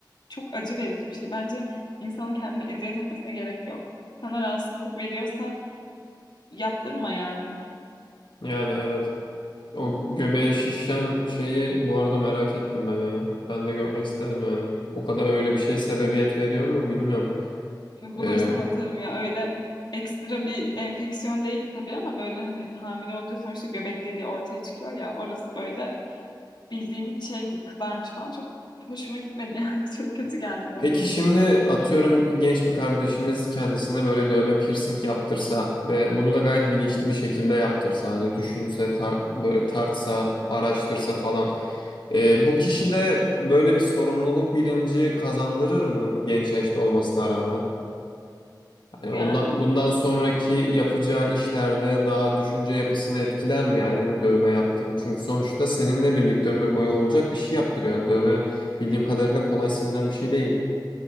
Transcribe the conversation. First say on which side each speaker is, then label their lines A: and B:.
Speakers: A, on the left; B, on the left.
A: çok acı verici bir şey. Bence insanın kendine eziyet etmesine gerek yok. Sana rahatsızlık veriyorsa yaptırma yani.
B: Yani evet. O göbeğe şişen şeyi bu arada merak ettim ben ya. Ben de görmek isterim yani. O kadar öyle bir şeye sebebiyet veriyor mu bilmiyorum.
A: Bulursam
B: Ee,
A: atarım ya. Öyle ekstra bir enfeksiyon değildi tabii ama böyle hani hamile olunca sonuçta göbek deliği ortaya çıkıyor ya. Orası böyle bildiğin şeydi kızarmış falan. Çok hoşuma gitmedi yani. <laughs> Çok kötü geldi bana
B: peki
A: o
B: şimdi
A: görüntü.
B: atıyorum genç bir kardeşimiz kendisine böyle dövme piercing yaptırsa ve bunu da gayet bilinçli
A: Hı.
B: bir şekilde yaptırsa hani düşünse tar- böyle tartsa araştırsa falan. Ee, bu kişi de böyle bir sorumluluk bilinci kazandırır mı genç yaşta olmasına rağmen?
A: Nasıl
B: Yani ondan,
A: yani?
B: bundan sonraki yapacağı işlerde daha düşünce yapısını etkiler mi yani bu dövme yaptığın? Çünkü sonuçta seninle birlikte ömür boyu olacak bir şey yaptırıyorsun. Dövme bildiğim kadarıyla kolay silinen bir şey değil.